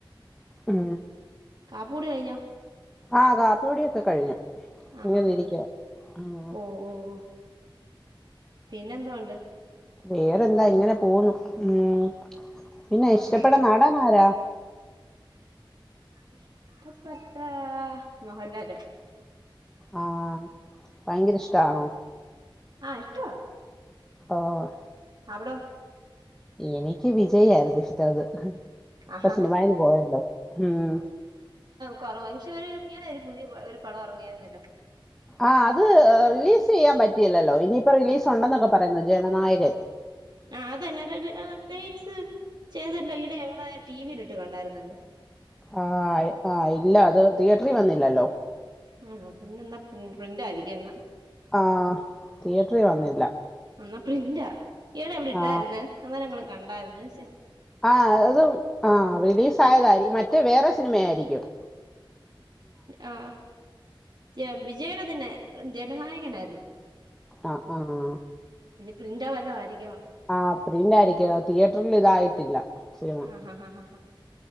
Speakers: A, in the centre; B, on the right.
A: ഉം
B: കാപ്പൂടി കയിഞ്ഞോ
A: ആഹ് കാപ്പികുടിയൊക്കെ കഴിഞ്ഞു
B: ആഹാ
A: ഇങ്ങനെ
B: ഹാ
A: ഇരിക്കുവാ ഉം
B: ഓ ഓ വാ പിന്നെന്തോണ്ട്
A: വേറെന്താ ഇങ്ങനെ പോന്നു ഉം പിന്നെ
B: ആഹാ
A: ഇഷ്ടപ്പെട്ട നടൻ ആരാ
B: ഇഷ്ടപ്പെട്ട മോഹൻലാല്ല്
A: ആഹ് ഭയങ്കര ഇഷ്ടാണോ
B: ആഹ് ഇഷ്ടവ
A: ഓ വാ
B: ഇവിടൊ
A: എനിക്ക് വിജ വിജയി ആരുന്നു ഇഷ്ടന്ന് ഇപ്പം
B: ആഹാ
A: സിനിമായിന്ന് പോയല്ലോ ഉ ഉം
B: കുറവ പക്ഷെ ഒരു ഇയാടെ ഒരു പുതിയ ഒരു പടം ഇറങ്ങിയാരുന്നല്ലോ
A: ആ അത് റിലീസ് ചെയ്യാൻ പറ്റിയില്ലല്ലോ ഇനിയിപ്പോ റിലീസ് ഒണ്ടെന്നൊക്കെ പറയുന്നു ജനനായകൻ
B: ആ അതന്നെ അതൊരു ആ റിലിസ് ചെയ്തല്ലോ ഇവിടെ ഞങ്ങളെ ടിവിൽ ഇട്ട് കണ്ടായിരുന്നത്
A: ആ ആ ഇല്ല അത് തിയേറ്ററിൽ വന്നില്ലല്ലോ
B: ആണോ പിന്ന പ്രി പ്രിന്റ് ആയിരിക്കും എന്ന
A: ആ തിയറ്ററിൽ വന്നില്ല
B: എന്നാ പ്രിന്റാ ഇയാള് എവിട ഇട്ട
A: ആ
B: ആയിരുന്നു അന്ന ഞങ്ങള് കണ്ടായിരുന്നു ചെ
A: ആ അതും ആ റിലീസ് ആയതായി മറ്റേ വേറെ സിനിമയരിക്കും
B: ആ ജ വിജയുടെ തന്നെ ജനനായകനായിരുന്നു
A: ആ ആ ആ
B: പ്രിന്റാവല്ല ആരി
A: ആഹ അപടീണ്ടായിരിക്കും തിയേറ്ററിൽ ഇതായിട്ടില്ല സിനിമ
B: ആ ഹാ ഹാ ഹാ